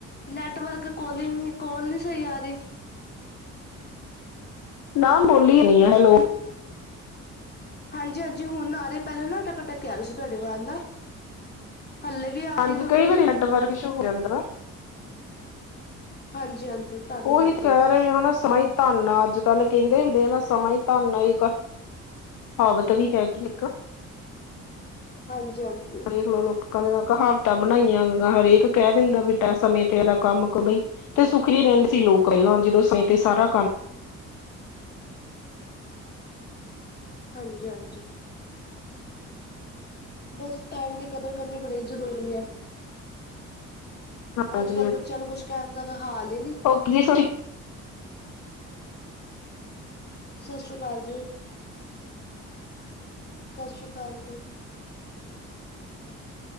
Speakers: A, on the left (about 35°); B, on the left (about 85°).
A: ਨੈਟਵਰਕ ਕੋਲਿੰਗ ਕੋਲ ਨੀ ਸਹੀ ਆ ਰਹੀ
B: ਨਾ ਬੋਲੀ ਹੀ ਨਹੀਂ ਆ ਹੈਲੋ
A: ਹਾਂਜੀ ਹਾਂਜੀ ਹੁਣ ਆ ਰਹੀ ਪਹਿਲਾਂ ਨਾ ਅਟਕ ਅਟਕ ਕੇ ਆ ਰਹੇ ਸੀ ਤੁਹਾਡੀ ਆਵਾਜ਼ ਨਾ ਹੱਲੇ ਵੀ ਆ
B: ਹਾਂਜੀ
A: ਰਹੀ ਥੋੜੀ
B: ਕਈ
A: ਥੋੜੀ
B: ਵਾਰੀ ਨੈਟਵਰਕ ਇਸ਼ੂ ਹੋ ਜਾਂਦਾ ਵਾ।
A: ਹਾਂਜੀ ਹਾਂਜੀ ਤਦ
B: ਉਹੀ
A: ਕਰਕੇ
B: ਤਾਂ ਕਹਿ ਰਹੇ ਹਨਾ ਸਮਾਂ ਧੰਨ ਅੱਜ ਕੱਲ ਕਹਿੰਦੇ ਹੁੰਦੇ ਹਨ ਨਾ ਸਮਾਂ ਹੀ ਧਨ ਆ ਇੱਕ ਕਹਾਵਤ ਵੀ ਹੈਗੀ ਇੱਕ
A: ਹਾਂਜੀ-ਹਾਂਜੀ,
B: ਦੇਖਲੋ ਲੋਕ ਲੋਕਾਂ ਦੀਆਂ ਕਹਾਵਤਾਂ ਬਣਾਈਆਂ ਹਰੇਕ ਕਹਿ ਦਿੰਦਾ ਬਈ ਸਮੇਂ ਤੇ ਇਹਦਾ ਕੰਮ ਕ ਬਈ ਤੇ ਸੁੱਖ ਰਹਿੰਦੇ ਸੀ ਲੋਕ ਪਹਿਲਾਂ ਜਦੋਂ ਤੇ ਸਾਰਾ ਕੰਮ
A: ਹਾਂਜੀ ਹਾਂਜੀ, ਬਸ ਟਾਈਮ ਦੀ ਕਦਰ ਕਰਨੀ ਬੜੀ ਜ਼ਰੂਰੀ ਹੈ।
B: ਹਾਂਜੀ
A: ਅੱਜ ਕੱਲ੍ਹ ਬੱਚਿਆਂ ਨੂੰ ਕੁਝ ਕਹਿਣ ਦਾ ਤਾਂ ਹਾਲ ਹੀ ਨਹੀਂ।
B: ਕਿੰਨੀ ਸੋਹਣੀ
A: ਸਤਿ ਸ਼੍ਰੀ ਅਕਾਲ ਜੀ। ਸਤਿ ਸ਼੍ਰੀ ਅਕਾਲ ਜੀ।